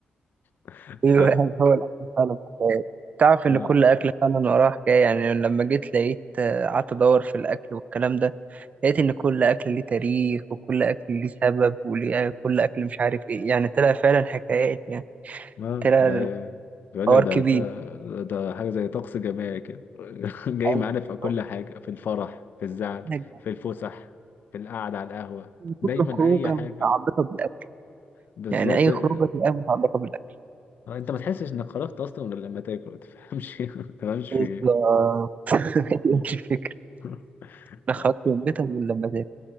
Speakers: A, on the left; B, on the right.
A: <laughs>
B: ايوه
A: ف
B: يعني هو الاكل فعلا حكاية. تعرف
A: <laughs>
B: ان كل اكل فعلا وراه حكايه يعني لما جيت لقيت آه، قعدت ادور في الاكل والكلام ده لقيت ان كل اكل ليه تاريخ وكل اكل ليه سبب وليه كل اكل مش عارف ايه يعني طلع فعلا حكايات يعني
A: اه
B: طلع
A: ده بيقول
B: الحوار
A: لك ده
B: كبير
A: ده حاجة زي طقس جماعي كده <laughs> جاي
B: ايوه
A: معانا
B: بالظبط.
A: في كل حاجة في الفرح في الزعل
B: حاجة.
A: في الفسح في القعدة على القهوة دايما
B: كل خروجه
A: أي حاجة
B: متعلقه بالاكل
A: بالظبط
B: يعني اي
A: آه،
B: خروجه تبقى متعلقه بالاكل
A: انت ما تحسش انك خرجت اصلا غير لما تاكل ما تفهمش <laughs> ما تفهمش
B: بالظبط
A: في ايه
B: <laughs> هي دي
A: مم.
B: الفكره
A: <laughs>
B: لا
A: طب-
B: خرجت
A: طب.
B: من بيتك ولا مزاج